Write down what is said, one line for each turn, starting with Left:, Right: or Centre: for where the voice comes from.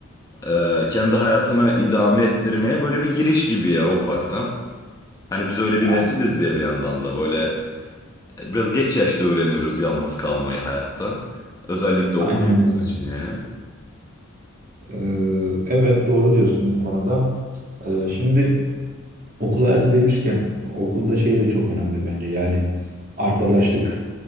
Left: eee, kendi hayatını idame ettirmeye böyle bir giriş gibi ya ufaktan. Hani biz öyle
Right: a-
Left: bir nesiliz ya bir yandan da böyle biraz geç yaşta öğreniyoruz yalnız kalmayı hayatta özellikle
Right: Aynen
Left: okuduğumuz
Right: öyle.
Left: için yani.
Right: Ee, evet doğru diyorsun bu konuda. Ee, şimdi okul hayatı demişken okulda şey de çok önemli bence. Yani arkadaşlık.